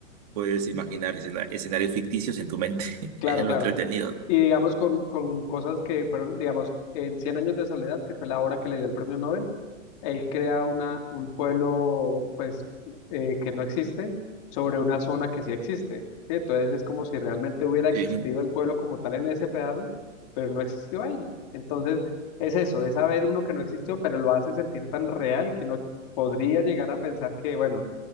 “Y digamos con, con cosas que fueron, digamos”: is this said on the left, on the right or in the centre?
Left